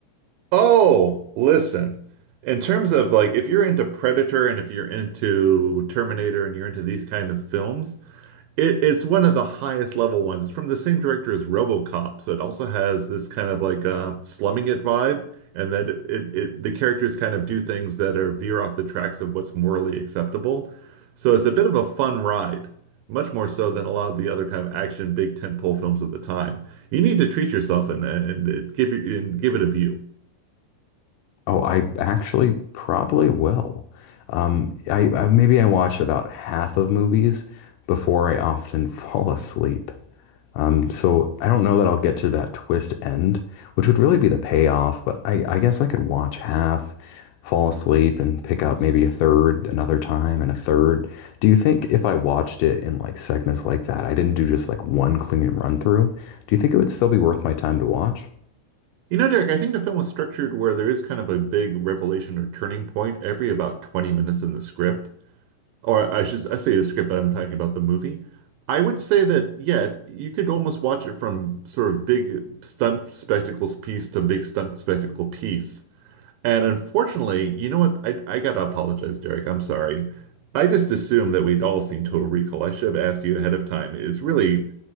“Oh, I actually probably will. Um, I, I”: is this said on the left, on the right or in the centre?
Left